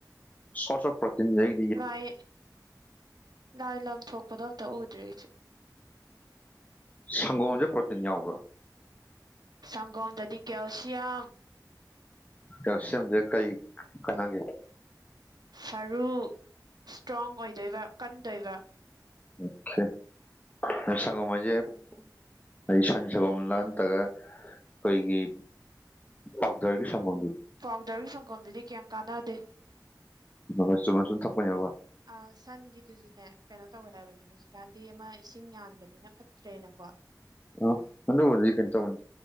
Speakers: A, on the left (about 20°); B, on the right (about 65°).
A: ꯁꯣꯇꯞ ꯄ꯭ꯔꯣꯇꯤꯟꯗꯩ
B: ꯂꯥꯢ ꯂꯥꯢ ꯂꯝ ꯊꯣꯛꯄꯗꯣ ꯑꯝꯇ ꯎꯗ꯭ꯔꯤ ꯑꯩꯗꯤ
A: ꯁꯪꯒꯣꯝꯖꯦ ꯄ꯭ꯔꯣꯇꯤꯟ ꯌꯥꯎꯕ꯭ꯔꯣ
B: ꯁꯒꯣꯝꯗꯗꯤ ꯀꯦꯜꯁꯤꯌꯝ
A: ꯀꯦꯜꯁꯤꯌꯝꯖꯦ ꯀꯩ ꯀꯅꯥꯒꯤꯅꯣ
B: ꯁꯔꯨ ꯁꯇ꯭ꯔꯣꯡ ꯑꯣꯢꯗꯣꯢꯕ ꯀꯟꯗꯣꯢꯕ
A: ꯑꯣꯈꯦ <unintelligible> ꯍꯥꯢ ꯁꯟ ꯁꯒꯣꯝꯂ ꯅꯠꯇ꯭ꯔꯒ ꯈꯣꯢꯒꯤ ꯄꯥꯥꯎꯗꯔꯒꯤ ꯁꯪꯒꯣꯝꯗꯤ
B: ꯄꯥꯎꯗꯔꯒꯤ ꯁꯪꯒꯣꯝꯗꯨꯗꯤ ꯀꯦꯝ ꯀꯥꯟꯅꯗꯦ
A: ꯃꯒꯥ ꯆꯨꯝꯅꯁꯨꯝ ꯊꯛꯄꯅꯦꯕꯀꯣ
B: ꯑꯥ ꯁꯟꯒꯤꯗꯨꯖꯨꯅꯦ ꯀꯩꯅꯣ ꯇꯧꯋꯦ ꯍꯥꯢꯕꯅꯦ ꯍꯧꯖꯤꯛꯀꯥꯟꯗꯤ ꯑꯃ ꯏꯁꯤꯡ ꯌꯥꯟꯕꯅꯤꯅ ꯐꯠ ꯇ꯭ꯔꯦꯅꯀꯣ
A: ꯑꯣ ꯑꯗꯨꯕꯨꯗꯤ ꯀꯩꯅꯣ ꯇꯧꯕꯅꯤ